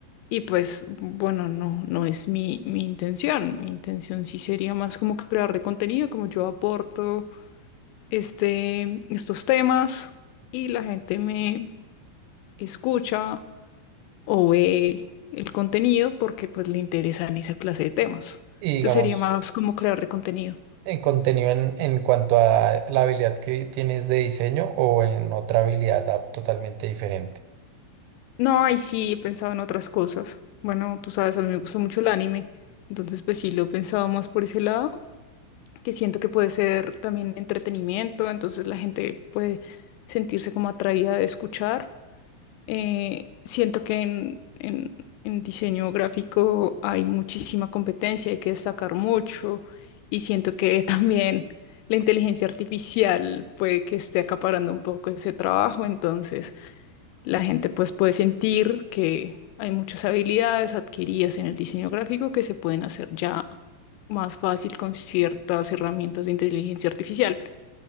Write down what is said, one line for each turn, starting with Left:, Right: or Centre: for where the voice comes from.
Left: Y pues, bueno, no, no es mi, mi intención. Mi intención sí sería más como crear de contenido, como yo aporto este, estos temas y la gente me escucha o ve el contenido porque pues le interesan esa clase de temas.
Right: Y
Left: Entonces
Right: digamos,
Left: sería más como crear de contenido.
Right: en contenido en, en cuanto a la habilidad que tienes de diseño o en otra habilidad ah, totalmente diferente.
Left: No, y sí, he pensado en otras cosas. Bueno, tú sabes, a mí me gusta mucho el anime, entonces pues sí, lo he pensado más por ese lado, que siento que puede ser también entretenimiento, entonces la gente puede sentirse como atraída de escuchar. Eh, siento que en, en, en diseño gráfico hay muchísima competencia, hay que destacar mucho, y siento que <laughs> también la inteligencia artificial puede que esté acaparando un poco ese trabajo, entonces... La gente pues puede sentir que hay muchas habilidades adquiridas en el diseño gráfico que se pueden hacer ya más fácil con ciertas herramientas de inteligencia artificial,